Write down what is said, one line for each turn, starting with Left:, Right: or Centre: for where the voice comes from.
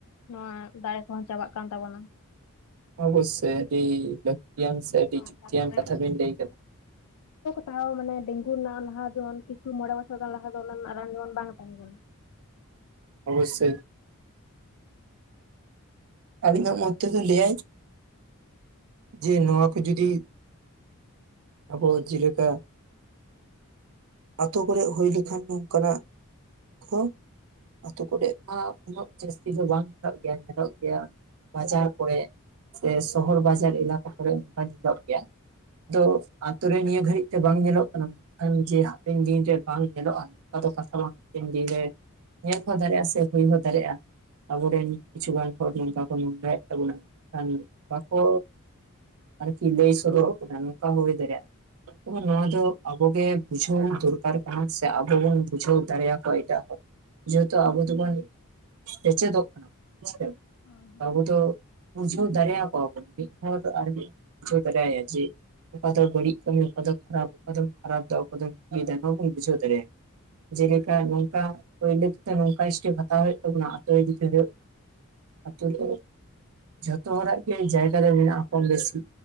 Left: ᱱᱚᱣᱟ ᱫᱟᱲᱮ ᱠᱚᱦᱚᱸ ᱪᱟᱵᱟᱜ ᱠᱟᱱ ᱛᱟᱵᱚᱱᱟ᱾
Right: ᱚᱵᱚᱥᱥᱚᱭ ᱟᱹᱰᱤ ᱞᱟᱹᱠᱛᱤᱭᱟᱱ ᱥᱮ ᱟᱹᱰᱤ
Left: ᱦᱳᱭ,
Right: ᱡᱩᱠᱛᱤᱭᱟᱱ
Left: ᱛᱟᱨᱯᱚᱨᱮ
Right: ᱠᱟᱛᱷᱟ ᱵᱤᱱ ᱞᱟᱹᱭ ᱠᱟᱫᱟ᱾
Left: ᱛᱟᱣ ᱢᱟᱱᱮ ᱰᱮᱝᱜᱩ ᱨᱮᱱᱟᱜ ᱞᱟᱦᱟ ᱡᱮᱢᱚᱱ ᱠᱤᱪᱷᱩ ᱢᱚᱬᱮ ᱵᱪᱷᱚᱨ ᱜᱟᱱ ᱞᱟᱦᱟ ᱫᱚ ᱚᱱᱟ ᱨᱮᱱᱟᱜ ᱨᱟᱱ ᱡᱮᱢᱚᱱ ᱵᱟᱝᱼᱼ ᱛᱟᱦᱮᱸ ᱠᱟᱱᱟ ᱾
Right: ᱚᱵᱚᱥᱥᱚᱭ, ᱟᱹᱞᱤᱧᱟᱜ ᱢᱚᱛ ᱛᱮᱫᱚ ᱞᱟᱹᱭᱟᱭ ᱡᱮ ᱱᱚᱣᱟ ᱡᱩᱫᱤ, ᱟᱵᱚ ᱡᱮᱞᱮᱠᱟ ᱟᱛᱳ ᱠᱚᱨᱮ ᱦᱳᱭ ᱞᱮᱠᱷᱟᱱ ᱱᱚᱝᱠᱟ ᱱᱟᱜ ᱠᱚ ᱟᱛᱳ ᱠᱚᱨᱮᱜ ᱢᱟ ᱩᱱᱟᱹᱜ ᱡᱟᱹᱥᱛᱤ ᱫᱚ ᱵᱟᱝ ᱧᱮᱞᱚᱜ ᱜᱮᱭᱟ ᱧᱮᱞᱚᱜᱼᱼ ᱜᱮᱭᱟ ᱵᱟᱡᱟᱨ ᱠᱚᱨᱮᱜ ᱥᱮ ᱥᱚᱦᱚᱨ ᱵᱟᱡᱟᱨ ᱮᱞᱟ ᱠᱟ ᱠᱚᱨᱮ ᱚᱱᱠᱟ ᱧᱮᱞᱚᱜ ᱜᱮᱭᱟ ᱛᱚ ᱟᱛᱳ ᱨᱮ ᱱᱤᱭᱟᱹ ᱜᱷᱟᱹᱲᱤᱡ ᱛᱮ ᱵᱟᱝ ᱧᱮᱞᱚᱜ ᱠᱟᱱᱟ᱾ ᱡᱮ ᱦᱟᱯᱮᱱ ᱫᱤᱱᱨᱮ ᱵᱟᱝ ᱧᱮᱞᱚᱜ-ᱟ ᱚᱱᱠᱟ ᱫᱚ ᱠᱟᱛᱷᱟ ᱵᱟᱝ ᱦᱟᱯᱮᱱ ᱫᱤᱱ ᱨᱮᱼᱼ ᱧᱮᱞ ᱦᱚᱸ ᱫᱟᱲᱮᱭᱟᱜ-ᱟ ᱥᱮ ᱦᱳᱭ ᱦᱚᱸ ᱫᱟᱲᱮᱭᱟᱜ-ᱟ, ᱟᱵᱚ ᱨᱮᱱ ᱠᱤᱪᱷᱩ ᱜᱟᱱ ᱦᱚᱲ ᱱᱚᱝᱠᱟ ᱠᱚ ᱱᱚᱝᱨᱟᱭᱮᱫ ᱛᱟᱵᱚᱱᱟ ᱠᱟᱱ ᱵᱟᱠᱚ ᱟᱨ ᱠᱤ ᱞᱟᱹᱭ ᱥᱚᱨᱚᱜ ᱵᱚᱱᱟ ᱱᱚᱝᱠᱟ ᱦᱚᱸ ᱦᱳᱭ ᱫᱮᱲᱮᱭᱟᱜ᱾ ᱱᱚᱣᱟ ᱫᱚ ᱟᱵᱚ ᱜᱮ ᱵᱩᱡᱷᱟᱹᱣ ᱫᱚᱨᱠᱟᱨ ᱠᱟᱱᱟ ᱥᱮ ᱟᱵᱚ ᱵᱚᱱ ᱵᱩᱡᱷᱟᱹᱣ ᱫᱟᱲᱮᱭᱟᱠᱚᱣᱟ ᱮᱴᱟᱜ ᱦᱚᱲ᱾ ᱡᱮᱦᱮᱛᱩ ᱟᱵᱚ ᱫᱚᱵᱚᱱ ᱥᱮᱪᱮᱫᱚᱜ ᱠᱟᱱᱟ ᱦᱮᱸ ᱥᱮ?
Left: ᱦᱩᱸ
Right: ᱟᱵᱚ ᱫᱚ ᱵᱩᱡᱷᱟᱹᱣ ᱫᱟᱲᱮᱭᱟᱠᱚᱣᱟ ᱵᱚᱱ ᱢᱤᱫ ᱦᱚᱲ ᱟᱨ ᱢᱤᱫ ᱵᱩᱡᱷᱟᱹᱣ ᱫᱟᱲᱮᱭᱟᱭᱟ ᱡᱮ ᱚᱠᱟ ᱫᱚ ᱵᱟᱹᱲᱤᱡ ᱠᱟᱹᱢᱤ ᱚᱠᱟ ᱫᱚ ᱠᱷᱟᱨᱟᱯ ᱚᱠᱟ ᱫᱚᱢ ᱠᱷᱟᱨᱟᱯᱫᱟ ᱚᱠᱟ ᱫᱚᱢ ᱤᱭᱟᱹᱭᱫᱟ ᱱᱚᱣᱟ ᱠᱚᱵᱚᱱ ᱵᱩᱡᱟᱹᱣ ᱫᱟᱲᱮᱭᱟ ᱡᱮᱞᱮᱠᱟ ᱱᱚᱝᱠᱟ ᱯᱳᱭᱞᱳ ᱛᱮᱫᱚ ᱱᱚᱝᱠᱟ ᱮᱥᱴᱮᱯ ᱦᱟᱛᱟᱣ ᱦᱳᱭᱳᱜ ᱛᱟᱵᱚᱱᱟ ᱟᱛᱳ ᱤᱫᱤ ᱛᱮ ᱦᱳᱭᱳᱜ ᱾ ᱟᱛᱳ ᱨᱮ ᱡᱷᱚᱛᱚ ᱦᱚᱲᱟᱜ ᱜᱮ ᱡᱟᱭᱜᱟ ᱨᱮ ᱢᱮᱱᱟᱜ-ᱟ ᱠᱚᱢ ᱵᱮᱥᱤ᱾